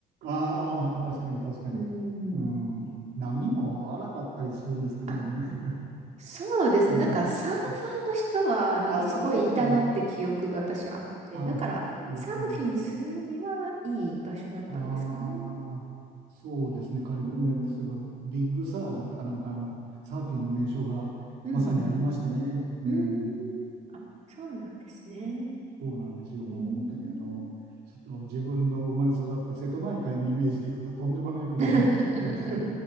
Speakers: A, on the right; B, on the right.
A: ああ、確かに確かに。
B: うーん。
A: うん、波も荒かったりするんですかね。
B: あ、
A: なんか、
B: そうですね。
A: うん、
B: なんかサーファーの人はなんかすごいいたなって記憶が私あって、
A: うん。ああ、ああ、
B: だからサーフィンするにはいい場所だったんですかね。
A: そうですね。ああ、そうですね。カリフォルニアってそういえば、
B: うん。
A: ビッグサーだったかなんかあの、サーフィンの名称がまさにありましたね。
B: うん。
A: うん。
B: うん。あ、そうなんですね。
A: そうなんですよ。もう本当にあの、
B: うん。
A: ちょっと自分の生まれ育った瀬戸内海のイメージでいくととんでもないことになっちゃうというか
B: <laughs>